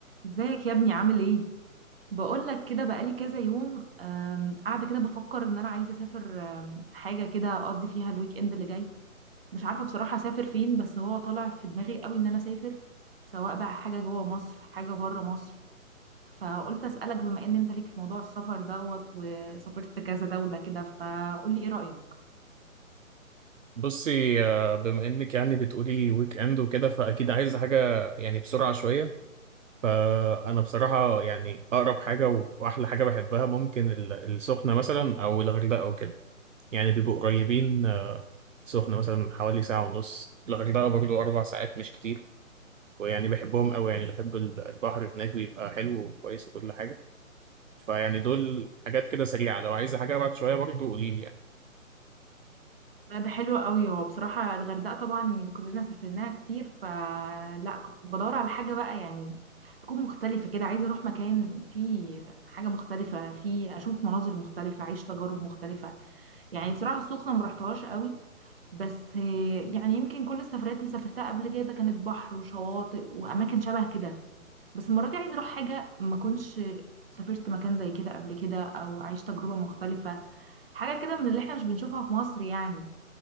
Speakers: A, on the right; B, on the right.
A: ازيك يا ابني عامل ايه بقول لك كده بقالي كذا يوم أم، قاعده كده بفكر ان انا عايزه اسافر أم، حاجه كده اقضي فيها الويك اند اللي جاي مش عارفه بصراحه اسافر فين بس هو طالع في دماغي قوي ان انا اسافر سواء بقى حاجه جوه مصر حاجه بره مصر فقلت اسالك بما ان انت ليك في موضوع السفر دوت وسافرت كذا دوله كده فقول لي ايه رايك
B: بصي آه، بما انك يعني بتقولي ويك اند وكده فاكيد عايز حاجه يعني بسرعه شويه فانا بصراحه يعني اقرب حاجه و- واحلى حاجه بحبها ممكن ال- السخنه مثلا او الغردقه او كده يعني بيبقوا قريبين آه، سخنه مثلا حوالي ساعه ونص الغردقه برضو اربع ساعات مش كتير ويعني بحبهم قوي يعني بحب ال- البحر هناك بيبقى حلو وكويس وكل حاجه فيعني دول حاجات كده سريعه لو عايزه حاجه ابعد شويه برضو قوليلي يعني
A: لا ده حلو قوي هو بصراحة الغردقة طبعا كلنا سافرناها كتير فلا كنت بدور على حاجة بقى يعني تكون مختلفة كده عايزة اروح مكان فيه حاجة مختلفة فيه اشوف مناظر مختلفة اعيش تجارب مختلفة يعني بصراحة السخنة مرحتهاش قوي بس يعني يمكن كل السفرات اللي سافرتها قبل كده كانت بحر وشواطئ واماكن شبه كده بس المرة دي عايزة اروح حاجة ما كنتش سافرت مكان زي كده قبل كده او اعيش تجربة مختلفة حاجة كده من اللي احنا مش بنشوفها في مصر يعني